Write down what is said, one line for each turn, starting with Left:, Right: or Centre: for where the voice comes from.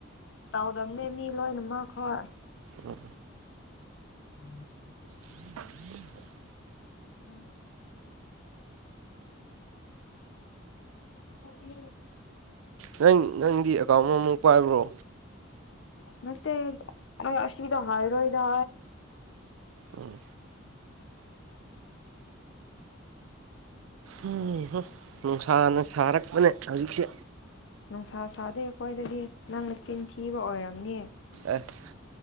Left: ꯇꯥꯎꯗꯝꯅꯦ ꯃꯤ ꯂꯣꯏꯅꯃ ꯍꯣꯏ
Right: ꯎꯝ
Left: ꯎꯝ
Right: <unintelligible>
Left: ꯎꯝ ꯎ ꯎ
Right: ꯅꯪ ꯅꯪꯒꯤ ꯑꯦꯀꯥꯎꯟ ꯑꯃꯃꯨꯛ ꯄꯥꯏꯕ꯭ꯔꯣ
Left: ꯃꯦ ꯑꯁꯗ ꯍꯥꯏꯔꯣ ꯏꯗ
Right: ꯑꯣꯝ
Left: ꯎꯝ
Right: ꯎꯝ ꯍꯨꯝ ꯅꯨꯡꯁꯥꯅ ꯁꯥꯔꯛꯄꯅꯦ ꯍꯧꯖꯤꯛꯁꯦ
Left: ꯅꯨꯡꯁꯥ ꯁꯥꯥꯗꯦ ꯑꯩꯈꯣꯏꯗꯗꯤ ꯅꯪꯅ ꯆꯤꯟ ꯊꯤꯕ ꯑꯣꯏꯔꯝꯅꯤ
Right: ꯑꯦꯁ